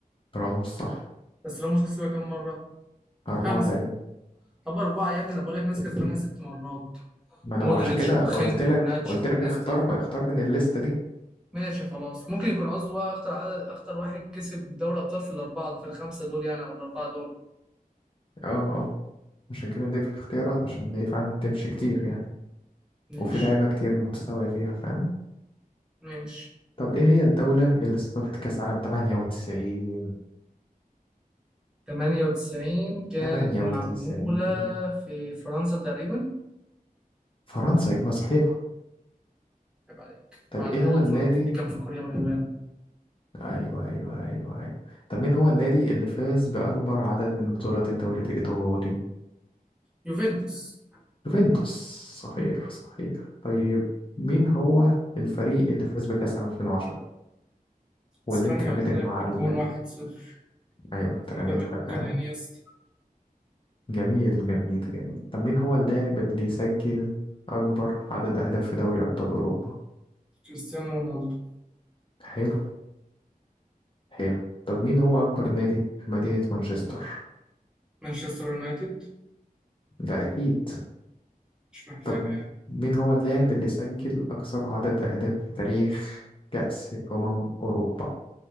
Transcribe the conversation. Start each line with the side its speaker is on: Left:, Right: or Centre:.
Left: راموس صح
Centre: بس راموس كسبها كام مرة؟
Left: أربعة
Centre: خمسة
Left: تقريبا
Centre: طب أربعة يا ابني أنا بقول لك ناس كسبانها ست مرات
Left: ما انا
Centre: مودريتش
Left: عشان كده
Centre: وخنتو
Left: قلت لك
Centre: وناتشو
Left: قلت لك
Centre: والناس
Left: اختار
Centre: دي
Left: اختار من الليستة دي
Centre: ماشي خلاص ممكن يكون قصده بقى أكتر عدد أكتر واحد كسب دوري أبطال في الأربعة في الخمسة دول يعني أو الأربعة دول
Left: اه اه عشان كده اديتك اختيارات عشان هي فعلا تمشي كتير يعني
Centre: ماشي
Left: وفي لعيبة كتير متساوية فيها فاهم
Centre: ماشي
Left: طب ايه هي الدولة اللي استضافت كأس عالم 98
Centre: 98 كانت
Left: تمانية وتسعين
Centre: معمولة في فرنسا تقريبا
Left: فرنسا إجابة صحيحة
Centre: عيب عليك
Left: طب
Centre: بعدها
Left: إيه هو
Centre: ال 2002
Left: النادي
Centre: دي كان في كوريا واليابان
Left: أيوه أيوه أيوه أيوه طب مين هو النادي اللي فاز بأكبر عدد من بطولات الدوري الإيطالي؟
Centre: يوفنتوس
Left: يوفنتوس صحيح صحيح طيب مين هو الفريق اللي فاز بكأس 2010 واللي
Centre: اسبانيا
Left: أنت رميت
Centre: قلت
Left: المعلومة
Centre: لك بالجون
Left: دي؟
Centre: 1-0
Left: أيوه أنت
Centre: اللي
Left: رميتها
Centre: جاب الجون
Left: فعلا
Centre: كان انيستا
Left: جميل جميل جميل طب مين هو اللاعب اللي يسجل أكبر عدد أهداف في دوري أبطال أوروبا؟
Centre: كريستيانو رونالدو
Left: حلو حلو طب مين هو أكبر نادي في مدينة مانشستر؟
Centre: مانشستر يونايتد
Left: ده أكيد
Centre: مش محتاجة
Left: طب
Centre: يعني
Left: مين هو اللاعب اللي سجل أكثر عدد أهداف في تاريخ كأس أمم أوروبا